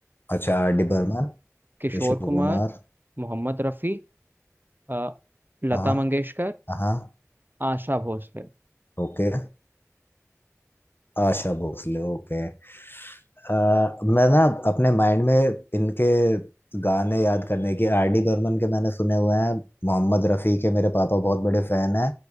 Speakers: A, on the left; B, on the right.
A: अच्छा आर डी बर्मन किशोर
B: किशोर कुमार
A: कुमार
B: मोहम्मद रफ़ी अ, लता
A: हाँ
B: मंगेशकर
A: हाँ
B: आशा भोसले
A: ओके आशा भोसले ओके मैं ना अपने माइंड में इनके गाने याद करने की आर डी बर्मन के मैंने सुने हुए हैं मोहम्मद रफ़ी के मेरे पापा बहुत बड़े फैन हैं